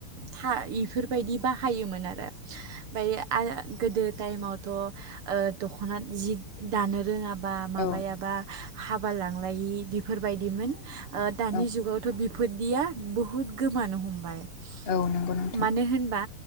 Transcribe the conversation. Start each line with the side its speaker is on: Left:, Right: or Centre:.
Right: था इफोरबायदि बाहायोमोन आरो ओमफाय आ गोदो टाइमावथ' ओ दखना जि दानो रोङा बा माबायाबा
Left: औ
Right: हाबा लांलायि <unintelligible> फोरबायदिमोन ओ दानि
Left: औ
Right: जुगावथ' बि फोरदिया बुहुद गोमानो हमबाय
Left: औ नंगौ नोंथां
Right: मानो होनबा